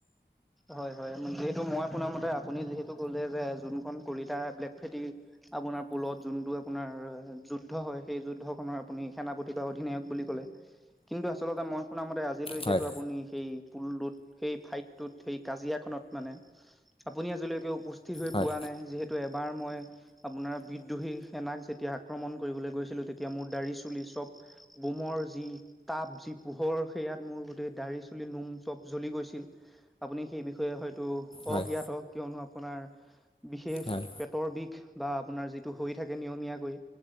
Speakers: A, in the centre; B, on the left.
A: হয়, হয়। উম, যিহেতু মই শুনা মতে আপুনি যিহেতু ক'লে, যে যোনখন কলিতা ব্লেকেটি আপোনাৰ পোলত যোনটো আপোনাৰ যুদ্ধ হয়, সেই যুদ্ধ খনৰ আপুনি সেনাপতি বা অধিনায়ক বুলি ক'লে। কিন্তু আচলতে মই শুন মতে আজিলৈকেতো
B: হয়
A: আপুনি সেই পুলতোত, সেই ফাইট কাজিয়া খনত মানে, আপুনি আজলৈকে উপস্থিত হৈ
B: হয়
A: প নাই। যিহে তু এবাৰ মই আপোনাৰ বিদ্ৰোহী সেনাক যেতিয়া আক্ৰমণ কৰিবলৈ গৈছিলো, তেতিয়া মোৰ দাড়ি চুলি চব বোমৰ যি তাপ, যি পোহৰ সেয়াত মোৰ গোটেই দাঢ়ি, চুলি, নোম চব জ্বলি গৈছিল। আপুনি সেই বিষয়ে হয়তো
B: হয়
A: অজ্ঞাত, কিয়নো আপোনাৰ বিশেষ
B: হয়
A: পেটৰ বিষ বা আপোনাৰ যিটো হৈ থাকে নিয়মীয়াকৈ